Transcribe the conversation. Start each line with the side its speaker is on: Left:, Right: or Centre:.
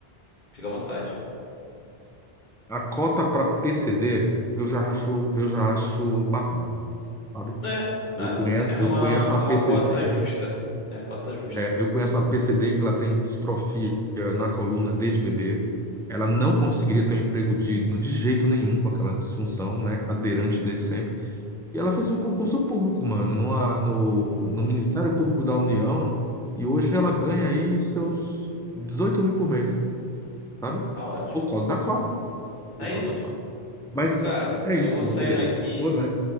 Left: Fica à vontade.
Centre: A cota para PCD, eu já acho, eu já acho bacana. sabe?
Left: É, é,
Centre: Eu conheço,
Left: é uma,
Centre: eu conheço
Left: é
Centre: uma
Left: uma
Centre: PCD,
Left: cota justa. É uma cota justa.
Centre: é, eu conheço uma PCD que ela tem distrofia na coluna desde bebê. Ela não conseguiria ter um emprego digno de jeito nenhum com aquela disfunção, né? Cadeirante desde sempre. E ela fez um concurso público, mano, numa- no, no Ministério Público da União. E hoje ela ganha aí seus 18 mil por mês, sabe?
Left: Tá ótimo.
Centre: Por causa da cota,
Left: É
Centre: por causa
Left: isso.
Centre: da cota. Mas
Left: Cara,
Centre: é é isso,
Left: eu vou saindo
Centre: meu querido.
Left: aqui.
Centre: Vou, né?